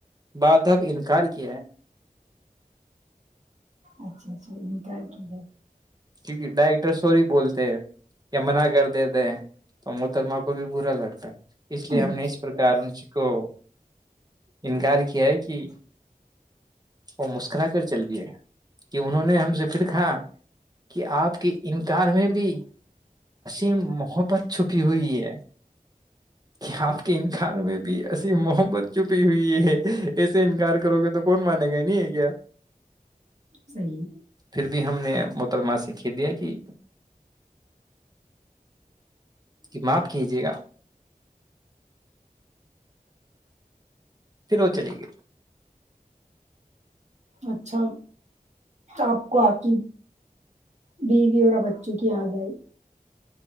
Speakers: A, on the right; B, on the right.
A: بعد اب انکار کیا ہے
B: اچھا اچھا ہک کی ہے
A: کیکہ ڈائریکٹر سوری بولتے یا منع کر دیتے تو محترمہ کو بھی با لگتا ہے اس لیے ہم
B: اچھا
A: نے اس پرکار ان کو انکار کیا ہے کہ وہ مسکرا کر چلتی ہے کہ انہوں نے ہم سے پھر کہا کہ آپ کے انکار میں بھی ام محبت چھپی ہوئی ہے کہ آپ کے انکار میں بھی ام محبت چھپی ہوئی ہے ایسے انکار کرو گے تو کون مانے گئے نہیں کیا
B: صحیح
A: پھر بھی ہم نے تر ماس کھیدیا کہ اس کی بات کیجے گا پھر وہ چلے گی
B: اچھا آپ کو آتی بیوی اور بچوں کی یاد آئی